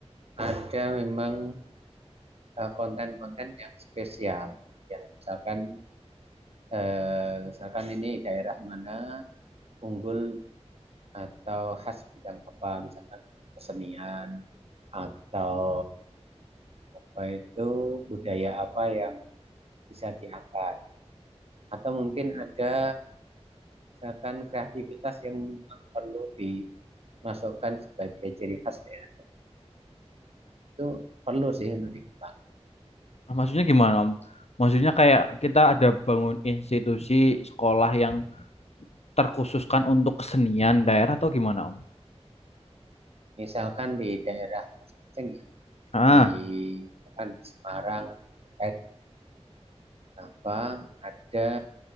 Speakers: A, on the right (about 60°); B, on the left (about 70°).
A: ada memang eh, konten-konten yang spesial. Yang misalkan eh, misalkan ini daerah mana unggul atau khas bidang apa, misalkan kesenian atau apa itu budaya apa yang bisa diangkat. Atau mungkin ada misalkan kreativitas yang perlu dimasukkan sebagai ciri khas daerah. Itu perlu sih untuk dikembangkan.
B: Ah, Maksudnya gimana Om? Maksudnya kayak kita ada bangun institusi sekolah yang terkhususkan untuk kesenian daerah atau gimana Om?
A: Misalkan di daerah masing-masing ya,
B: Ah,
A: di, misalkan di Semarang terkait apa ada